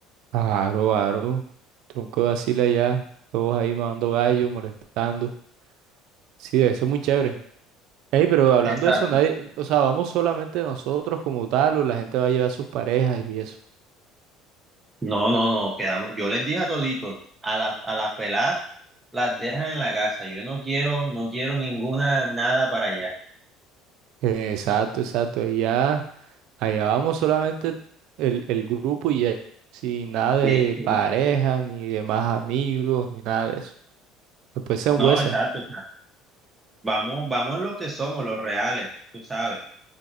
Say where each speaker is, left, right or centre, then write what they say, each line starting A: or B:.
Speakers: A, on the right (about 70°); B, on the right (about 20°).
A: Aro, aro. Tronco de asila ya. Todos ahí mandando gallo, molestando. Sí, eso es muy chévere. Ey, pero hablando
B: Exacto.
A: de eso, nadie, o sea, vamos solamente nosotros como tal, o la gente va a llevar sus parejas y eso.
B: No, no, no, quedamos. Yo les dije a toditos, a las a las peladas las dejan en la casa. Yo no quiero, no quiero ninguna nada para allá.
A: Eh, Exacto, exacto. Y ya, allá vamos solamente el, el grupo y ya. Sin nada de
B: Sí, sí.
A: pareja, ni de más amigos, ni nada de eso. Después se huesa.
B: No, exacto. Vamos, vamos los que somos, los reales, tú sabes.